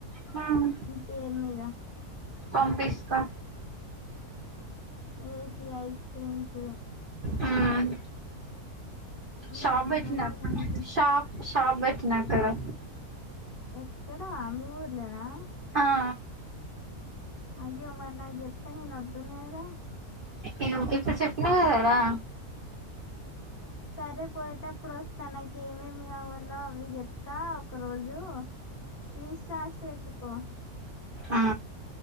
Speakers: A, on the right; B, on the left.
A: హ్మ్
B: మీపేరు మీద
A: పంపిస్తా
B: ఏసి ఐస్ క్రీమ్స్
A: మ్మ్
B: ఇంకేమన్నా
A: షాప్ పెట్టిన
B: ఉంటే పంపి
A: షా షాప్ పెట్టిన అక్కడా
B: ఎక్కడా మీ ఊర్లోనా
A: ఆ
B: అయ్యో మరి నాకు చెప్తే నేను వదును కదా
A: నేను ఇప్పుడు చెప్పినా కదా రా
B: సరే పోయిటప్పుడు వ తనకి ఏమేమి కావాలో అవి చెప్తా ఒక రోజు లిస్ట్ రాసి పెట్టుకో
A: ఆ